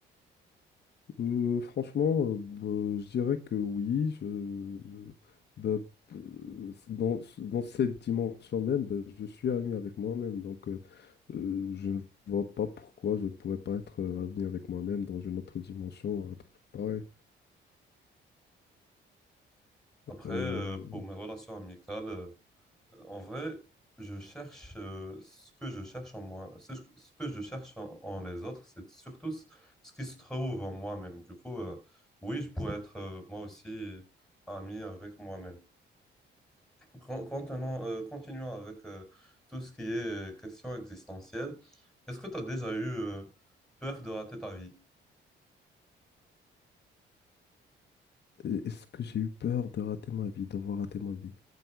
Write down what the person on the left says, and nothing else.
euh, franchement, euh, ben, je dirais que oui. Je, je- ben, euh, dans, dans cette dimension même, ben, je suis ami avec moi-même. Donc, euh, euh, je ne vois pas pourquoi je ne pourrais pas être euh, ami avec moi-même dans une autre dimension, un truc pareil.
Euh,
est-ce que j'ai eu peur de rater ma vie, d'avoir raté ma vie?